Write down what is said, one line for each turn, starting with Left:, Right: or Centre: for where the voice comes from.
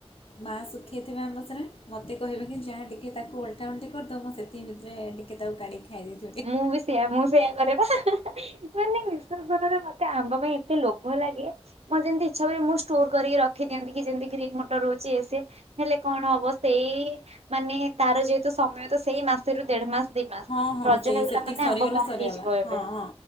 Left: ମା ଶୁଖେଇଥିବେ ଆମ ସରା। ମୋତେ କହେ କି ଯାହା ଟିକେ ତାକୁ ଓଲଟା ଓଲଟି କରିଦେବି ମୁଁ ସେଥି ଭିତରେ ଟିକେ ତାକୁ କାଢିକି ଖାଇ ଦେବି।
Right: ମୁଁ ବି ସେଇଆ ମୁଁ ସେଇୟା କରେ ପା। ମାନେ ନିଶନରେ ମତେ ଆମ୍ବ ପାଇଁ ଏତେ ଲୋଭ ଲାଗେ। ମୋ ଯେମିତି ଇଛା ହୁଏ ମୁଁ ଷ୍ଟୋର କରିକି ରଖିଦିଅନ୍ତି କି ଯେମିତି ଗ୍ରୀନ୍ ମଟର ରହୁଛି ଏ ହେଲେ କଣ ହବ ସେଇ ମାନେ ତାର ଯେହେତୁ ସମୟ ତ ସେଇ ମାସରୁ ଦେଢ ମାସ ଦି ମାସ।
Left: ହଁ ହଁ
Right: ରଜ
Left: ସେଇ
Right: ହେଇଗଲା
Left: ସେତିକି
Right: ମାନେ
Left: ସରିଗଲେ
Right: ଆମ୍ବ ବନ୍ଦ
Left: ସରିଗଲା
Right: ହେଇଯିବ ଏବେ।
Left: ହଁ ହଁ।